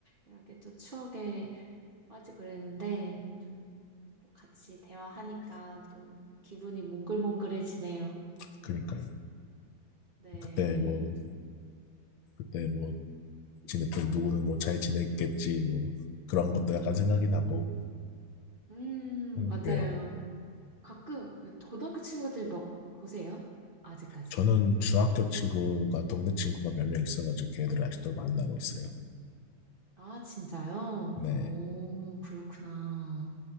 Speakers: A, on the right; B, on the left.
A: 이렇게 또 추억에 빠지고 그랬는데 좀 또 같이 대화하니까 좀 기분이 몽글몽글해지네요.
B: 그니까요.
A: 네.
B: 그때 뭐 그때 뭐 지냈던 누구는 뭐 잘 지냈겠지 뭐 그런 것도 약간 생각이 나고
A: 음,
B: 음,
A: 맞아요.
B: 그래요.
A: 가끔 고등학교 친구들 막 보세요? 아직까지.
B: 저는 중학교 친구가 동네 친구가 몇 명 있어가지고 걔들을 아직도 만나고 있어요.
A: 아, 진짜요?
B: 네.
A: 오, 그렇구나.